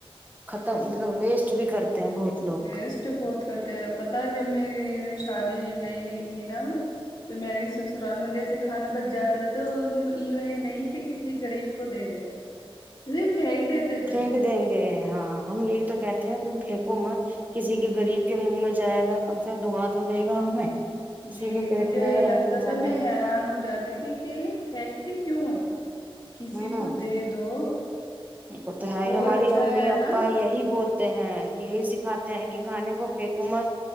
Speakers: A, on the right (about 15°); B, on the left (about 45°).
A: ختم مطلب ویسٹ بھی کرتے تے ہیں بہت لوگ
B: ویسٹ بہت کرتے ہیں پتا جب میری شادی نئی نہیںئی تھی نا میں تو میے سسرال میں جیسے کھانا بچ جاتا تو نہیں کہ کسی غریب کو دے دے پھینک دیتے تھے
A: پھینک دیں گے ہاں ہم یہ تو کہتے ہیں تم پھییکو مت کسی کے غریب کے منہ میں جائے گا کم سے دعاں تو دے گا ہمیں کسی
B: جی
A: کے
B: مجھے
A: پیٹ میں
B: یہ لگتا
A: جائے
B: تھا میں حیران ہو جاتی تھی کہ فیک ت کیوں ہے کسی
A: ہوں
B: کو دے دو
A: وہ تو ہے ہماری
B: اچھا
A: امی
B: ہے
A: اا
B: نا
A: یہی بولتے ہیں کہ یہی سکھاتے ہیں کہ کھانے کو ککومت